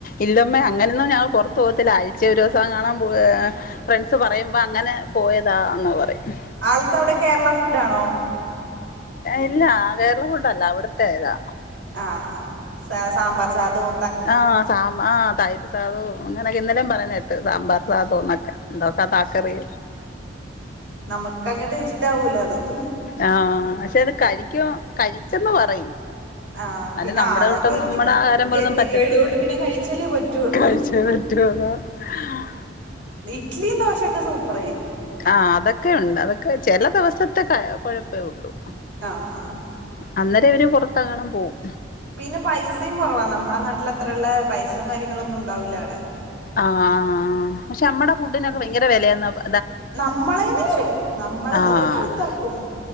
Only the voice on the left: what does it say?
ഇല്ലമ്മേ അങ്ങനെന്നും ഞങ്ങൾ പൊറത്ത് പോകത്തില്ല ആഴ്ച ഒരുസം കാണാൻ പോകേ. ഫ്രണ്ട്സ് പറയുമ്പോ അങ്ങനെ പോയതാന്ന് പറയും.
ഇല്ല കേരള ഫുഡല്ല അവിടുത്തെ ഏതാ.
ആഹ് സാമ്പാ ആഹ് തൈര് സാധു അങ്ങനെയൊക്കെ ഇന്നലേം പറയുന്ന കേട്ട് സാമ്പാർ സാധുന്നൊക്കെ എന്തൊക്കെ താക്കറി
ആഹ് പക്ഷെ അത് കഴിക്കും കഴിച്ചെന്ന് പറയും.
അല്ല നമ്മടെ
കൂട്ടൊന്നും
നമ്മടെ ആഹാരം
പോലൊന്നും പറ്റത്തില്ല
കാഴച റ്റ് കാണാ ആഹ്
ആഹ് അതക്കെ ഉണ്ട് അതക്കെ ചെല ദിവസത്തെ കഴ കൊഴപ്പേ ഉള്ളു.
അന്നേരം ഇവര് പുറത്തകണം പോവും.
ആഹ് പക്ഷെ നമ്മടെ ഫുഡിനൊക്കെ ഭയങ്കര വെലയന്ന പ
ആഹ്